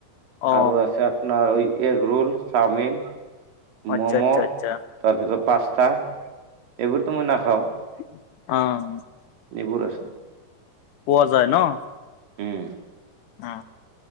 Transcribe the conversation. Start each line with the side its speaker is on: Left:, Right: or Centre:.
Left: অ
Right: আৰু আছে আপোনাৰ, ঐ এগ ৰোল চাওমিন।
Left: আচ্ছা
Right: মমহ,
Left: আচ্ছা আচ্ছা
Right: তাৰপিছত পাস্তা, এইবোৰটো মই নাখাওঁ।
Left: অঁ
Right: এইবোৰ আছে।
Left: পোৱা যায় ন?
Right: ওঁম।
Left: অ